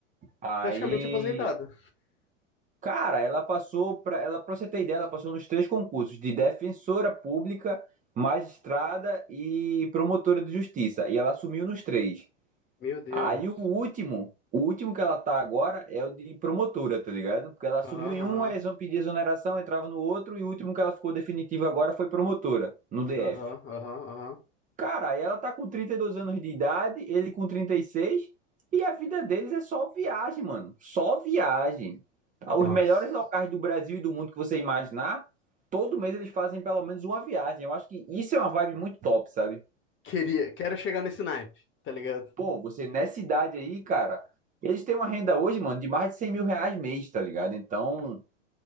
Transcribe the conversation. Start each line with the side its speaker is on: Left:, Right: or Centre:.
Right: Aí
Left: Praticamente aposentado.
Right: Cara, ela passou para, ela para você ter ideia, ela passou nos três concursos de defensora pública, magistrada e promotora de justiça, e ela assumiu nos três.
Left: Meu Deus.
Right: Aí o último, o último que ela tá agora é o de promotora, tá ligado? Porque ela assumiu
Left: Aham,
Right: em um, aí eles vão pedir exoneração, entrava no outro e o último que ela ficou definitivo agora foi promotora no DF.
Left: aham, aham, aham, aham.
Right: Cara, ela tá com 32 anos de idade, ele com trinta e seis, e a vida deles é só viagem, mano. Só viagem. Tá? Os
Left: Nossa.
Right: melhores locais do Brasil e do mundo que você imaginar, todo mês eles fazem pelo menos uma viagem. Eu acho que isso é uma vibe muito top, sabe?
Left: Queria, quero chegar nesse naipe, tá ligado?
Right: Pô, você nessa idade aí, cara, eles têm uma renda hoje, mano, de mais de 100 mil reais mês, tá ligado? Então,